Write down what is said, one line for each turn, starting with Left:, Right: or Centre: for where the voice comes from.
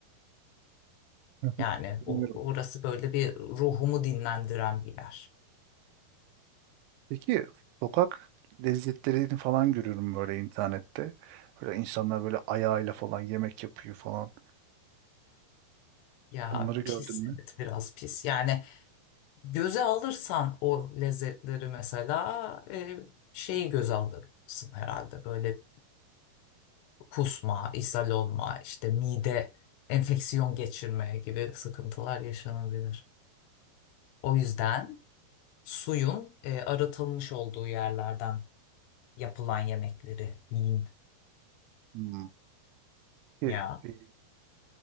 Right: <laughs>
Left: Yani
Right: Bilmiyorum.
Left: o, orası böyle bir ruhumu dinlendiren bir yer.
Right: Peki sokak lezzetlerini falan görüyorum böyle internette. Böyle insanlar böyle ayağıyla falan yemek yapıyor falan.
Left: Ya
Right: Onları gördün
Left: pis
Right: mü?
Left: evet biraz pis. Yani Göze alırsan o lezzetleri mesela e, şeyi göze alırsın herhalde. Böyle kusma, ishal olma, işte mide enfeksiyon geçirmeye gibi sıkıntılar yaşanabilir. O yüzden suyun e, arıtılmış olduğu yerlerden yapılan yemekleri yiyin
Right: Hmm. Peki,
Left: ya.
Right: e,